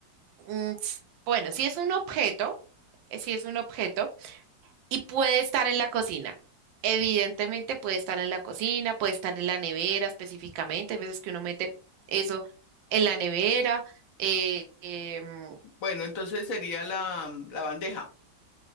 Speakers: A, on the right; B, on the left.
A: Mm, s- bueno, si es un objeto, eh, si es un objeto. y puede estar en la cocina. Evidentemente puede estar en la cocina, puede estar en la nevera específicamente. Hay veces que uno mete eso en la nevera. eh, em,
B: Bueno, entonces sería la, la bandeja,